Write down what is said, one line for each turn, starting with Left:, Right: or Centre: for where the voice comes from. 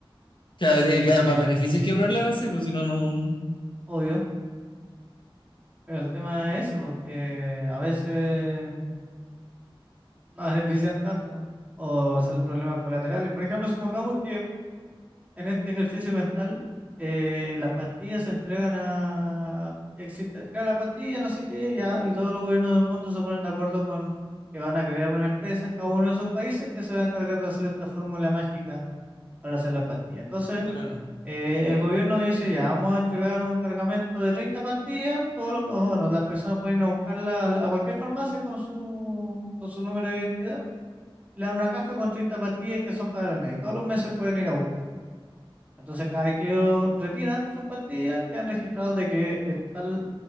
Left: Claro, tiene que dar más beneficios que problemas, sí, pues si no, no.
Right: Obvio. Pero el tema es eso, porque a veces no benefician tanto o salen problemas colaterales. Por ejemplo, supongamos que en este ejercicio mental eh, las pastillas se entregan a... Existe, crea la pastilla, no sé qué, ya, y todos los gobiernos del mundo se ponen de acuerdo con que van a crear una empresa en cada uno de esos países que se va a encargar de hacer esta fórmula mágica para hacer la pastilla. Entonces,
Left: Claro.
Right: eh, el gobierno dice, ya vamos a entregar un cargamento de 30 pastillas, todos los, bueno, las personas pueden ir a buscarla a, a cualquier farmacia con su, con su número de identidad, le dan una caja con 30 pastillas que son para el mes, y todos los meses pueden ir a buscar. Entonces, cada vez que ellos retiran sus pastillas, quedan registrados de que eh, tal